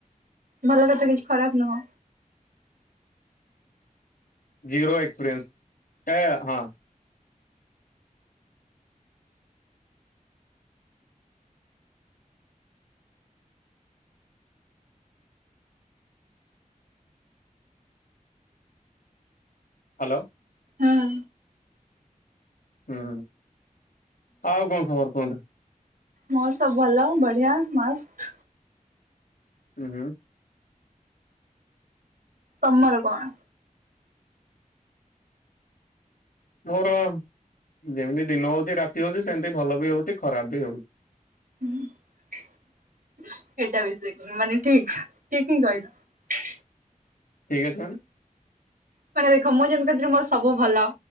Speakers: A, on the right (about 85°); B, on the left (about 80°).
A: ଭଭ କଥା କିଛି ଖରାପ ନୁହଁ।
B: ଜିରୋ ଏକ୍ସପେରିଏନ୍ସ ଟାଏ ହଁ। ହାଲୋ?
A: ହଁ।
B: ହୁଁ ଆଉ କଣ ଖବର କୁହନ୍ତୁ?
A: ମୋର ସବୁ ଭଲ ବଢିଆ ମସ୍ତ୍।
B: ଉଁ ହୁଁ।
A: ତମର କଣ?
B: ମୋର ଯେମିତି ଦିନ ହୋଉଚି ରାତି ହୋଉଚି ସେମିତି ଭଲ ବି ହୋଉଚି ଖରାପ ବି ହୋଉ
A: ଉଁ। ସେଇଟା ବି ତିକ୍-ମାନେ ଠିକ୍ ଠିକ୍ ହିଁ କହିଲ।
B: ଠିକଅଛି ମାନେ?
A: ମାନେ ଦେଖ ମୁଁ ଯେମିତି ଥିଲି ମୋର ସବୁ ଭଲ